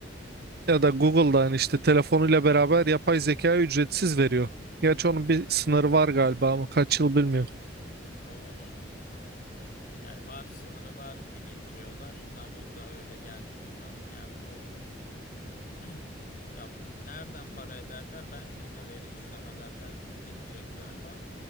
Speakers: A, on the right; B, on the left.
A: ya da Google'da hani işte telefonuyla beraber yapay zeka ücretsiz veriyor. Gerçi onun
B: Hı.
A: bir sınırı var galiba ama kaç yıl bilmiyorum.
B: O, onun yani var sınırı var gibi getiriyorlar. Tam onda öyle gelmiyor falan. Yani o <clears throat> Ya nereden para ederler? Bence yine veri işlemelerden edecekler ama